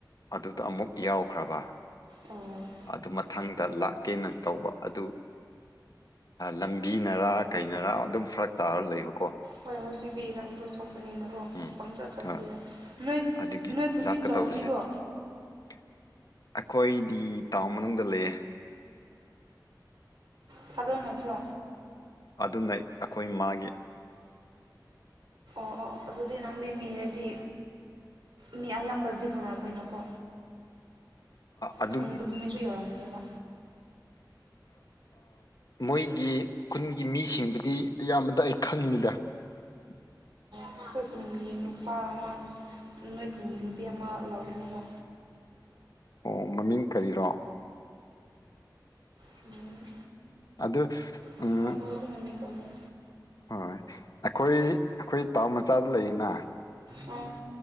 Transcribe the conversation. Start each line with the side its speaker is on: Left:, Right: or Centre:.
Left: ꯑꯗꯨꯗ ꯑꯃꯨꯛ ꯌꯥꯎꯈ꯭ꯔꯕ
Right: ꯑꯣ
Left: ꯑꯗꯨ ꯃꯊꯪꯗ ꯂꯥꯛꯀꯦ ꯅꯪ ꯇꯧꯕ ꯑꯗꯨ ꯂꯝꯕꯤꯅꯔꯥ ꯀꯩꯅꯔꯥ ꯑꯗꯨꯝ ꯐꯔꯛ ꯇꯥꯔꯒ ꯂꯩꯕꯀꯣ
Right: ꯍꯣꯏ ꯍꯧꯖꯤꯛꯇꯤ ꯏꯔꯪꯗꯣ ꯊꯣꯛꯧꯕꯅꯤꯅꯀꯣ
Left: ꯎꯝ
Right: ꯄꯪ ꯆꯠꯆꯕꯗꯨ
Left: ꯍꯣꯏ
Right: ꯌꯥꯏ ꯅꯣꯏ
Left: ꯑꯗꯨꯒꯤ
Right: ꯅꯣꯏ ꯈꯨꯟꯗꯤ
Left: ꯂꯥꯛꯀꯗꯧꯕꯁꯤ
Right: ꯆꯥꯎꯕꯅꯤꯀꯣ
Left: ꯑꯩꯈꯣꯏꯗꯤ ꯇꯥꯎꯟ ꯃꯅꯨꯡꯗ ꯂꯩꯌꯦ
Right: ꯊꯥꯔꯛ ꯅꯠꯇ꯭ꯔꯣ
Left: ꯑꯗꯨꯅ ꯑꯩꯈꯣꯏ ꯃꯥꯒꯤ
Right: ꯑꯣ ꯑꯣ ꯑꯗꯨꯗꯤ ꯅꯪꯒꯤ ꯃꯤ ꯍꯥꯏꯗꯤ ꯃꯤ ꯑꯌꯥꯝꯕꯗꯗꯤ ꯈꯪꯅꯔꯝꯃꯣꯏꯅꯀꯣ
Left: ꯑꯗꯨ
Right: ꯈꯪꯗꯕ ꯃꯤꯁꯨ ꯌꯧꯔꯝꯅꯦꯕ
Left: ꯃꯣꯏꯒꯤ ꯈꯨꯟꯒꯤ ꯃꯤꯁꯤꯡꯗꯨꯗꯤ ꯑꯌꯥꯝꯕꯗ ꯑꯩ ꯈꯪꯉꯤꯗ <inaudible>
Right: ꯑꯩꯈꯣꯏ ꯈꯨꯟꯒꯤ ꯅꯨꯄꯥ ꯑꯃ ꯅꯣꯏ ꯈꯨꯟꯒꯤ ꯅꯨꯄꯤ ꯑꯃ ꯂꯧꯒꯅꯦꯕ
Left: ꯑꯣ ꯃꯃꯤꯡ ꯀꯔꯤꯔꯣ
Right: ꯃꯃꯤꯡ
Left: ꯑꯗ
Right: ꯍꯧꯖꯤꯛ
Left: ꯎꯝ
Right: ꯃꯃꯤꯡ ꯀꯧꯔꯦ
Left: ꯍꯣꯏ ꯑꯩꯈꯣꯏ ꯑꯩꯈꯣꯏ ꯇꯥꯎꯟ ꯃꯆꯥꯗ ꯂꯩꯌꯦꯅ
Right: ꯑꯣ